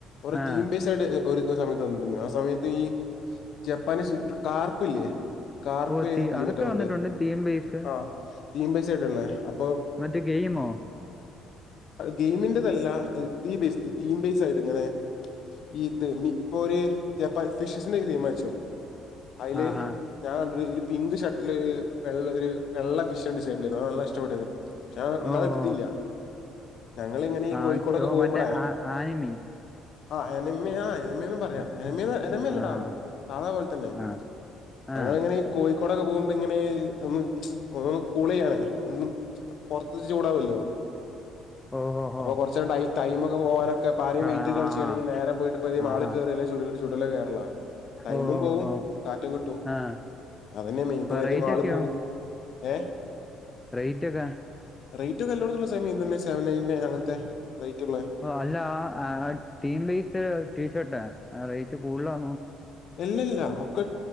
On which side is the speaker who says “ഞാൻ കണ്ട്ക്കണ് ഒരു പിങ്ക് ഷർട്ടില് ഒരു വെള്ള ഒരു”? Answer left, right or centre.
Left